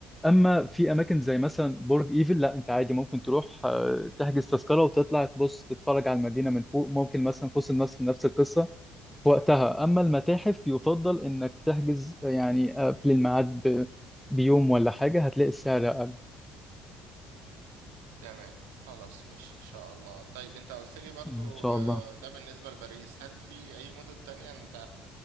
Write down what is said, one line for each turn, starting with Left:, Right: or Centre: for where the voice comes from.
Centre: اما في اماكن زي مثلا برج ايفل لا انت عادي ممكن تروح آه، تحجز تذكره وتطلع تبص تتفرج على المدينه من فوق ممكن مثلا قوس النصر نفس القصه في وقتها اما المتاحف يفضل انك تحجز آه، يعني قبل الميعاد ب- بيوم ولا حاجه هتلاقي السعر اقل
Right: تمام خلاص ماشي إن شاء الله طيب أنت قلت لي برضو
Centre: ان شاء
Right: آه،
Centre: الله
Right: ده بالنسبة لباريس هل في أي مدن تانية أنت